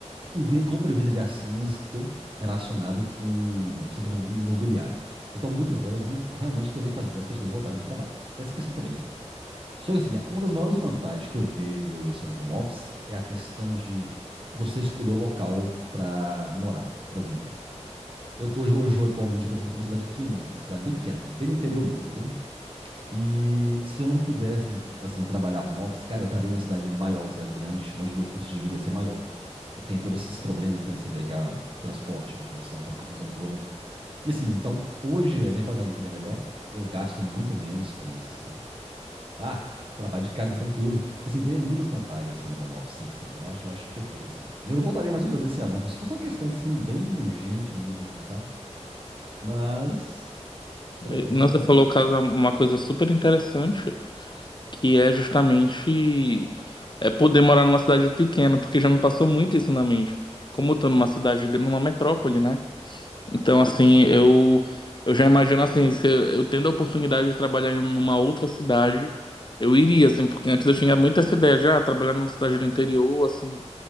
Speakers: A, on the right (about 45°); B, on the left (about 40°).
A: Inve- compra e venda de ações, entendeu? Relacionado com o setor imobiliário. Então, muitas delas vão realmente querer fazer as pessoas voltarem para o trabalho. Tem essa questão também, assim. Só que, assim, é uma das maiores vantagens que eu vejo hoje, assim, no home office é a questão de você escolher o local para morar, por exemplo. Eu tô hoje, hoje, atualmente, por exemplo, eu tô numa cidade pequenininha, uma cidade bem pequena, bem no interior mesmo, entendeu? E se eu não pudesse, assim, trabalhar home office, cara, eu estaria numa cidade maior, uma cidade grande, onde meu custo de vida ia ser maior. E tem todos esses problemas, né, de você pegar transporte, locomoção, aquela confusão toda. E assim, então, hoje a minha qualidade de vida é melhor, eu gasto muito menos com isso, assim. Ah, trabalho de casa tranquilo. E assim, tem muitas vantagens, assim, no home office, 100%, Eu acho, eu acho perfeito, assim. E Eu não voltaria mais pro presencial, não, só se fosse uma questão, assim, bem urgente mesmo, assim, sabe? Mas, preferência
B: Eh, Não, você
A: home
B: falou
A: office.
B: caso uma coisa super interessante, que é justamente é poder morar numa cidade pequena, porque já me passou muito isso na mente.
A: Sim,
B: Como eu tô numa cidade, gran- numa metrópole, né? Então, assim, eu, eu já imagino assim, se eu, eu tendo a oportunidade de trabalhar em uma outra cidade, eu iria, assim, porque antes eu tinha muito essa ideia já, trabalhar numa cidade do interior, assim,